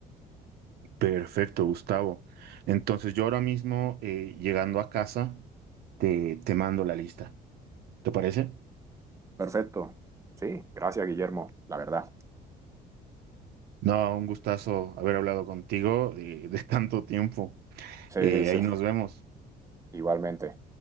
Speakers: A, on the right; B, on the right.
A: Perfecto, Gustavo. Entonces yo ahora mismo, eh, llegando a casa, te, te mando la lista. ¿Te parece?
B: Perfecto. Sí, gracias, Guillermo, la verdad.
A: No, un gustazo haber hablado contigo de, de tanto tiempo.
B: Sí,
A: Eh,
B: sí,
A: ahí nos vemos.
B: <laughs> igualmente.